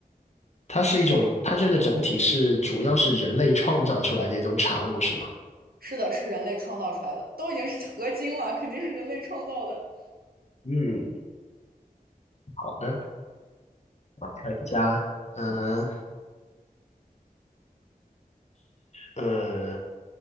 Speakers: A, on the left; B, on the right.
A: 它是一种，它这个整体是主要是人类创造出来的一种产物，是吗？
B: 是的，是人类创造出来的，都已经是合金了，肯定是人类创造的。
A: 嗯，好的，看一下，嗯、呃，